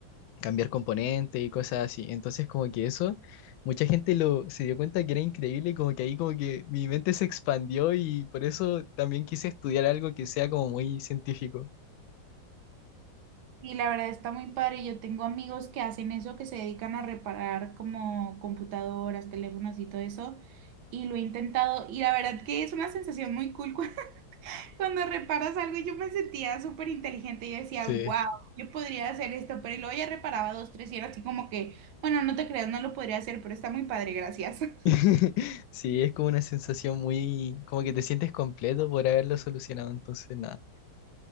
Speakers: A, on the left (about 85°); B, on the right (about 80°).
A: cambiar componentes y cosas así. Entonces, como que eso, mucha gente lo se dio cuenta que era increíble, y como que ahí como que mi mente se expandió y por eso también quise estudiar algo que sea como muy científico.
B: Y la verdad está muy padre. Yo tengo amigos que hacen eso, que se dedican a reparar como computadoras, teléfonos y todo eso. Y lo he intentado. Y la verdad que es una sensación muy cool <laughs> cuando cuando reparas algo. Yo me sentía súper inteligente. Yo decía,
A: Sí.
B: wow, yo podría hacer esto. Pero y luego ya reparaba dos, tres y era así como que, bueno, no te creas, no lo podría hacer, pero está muy padre, gracias. <laughs>
A: <laughs> Sí, es como una sensación muy, como que te sientes completo por haberlo solucionado, entonces nada.